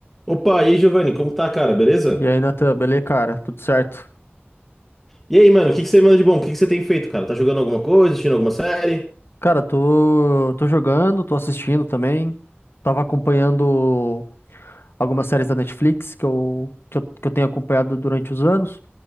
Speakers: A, in the centre; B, on the left.
A: Opa, e aí, Giovanni, como tá, cara? Beleza?
B: E aí, Natan, beleza, cara? Tudo certo?
A: E aí, mano, o que que você manda de bom? O que que você tem feito, cara? Tá jogando alguma coisa, assistindo alguma série?
B: Cara, tô, tô jogando, tô assistindo também. Tava acompanhando algumas séries da Netflix que eu, que eu, que eu tenho acompanhado durante os anos.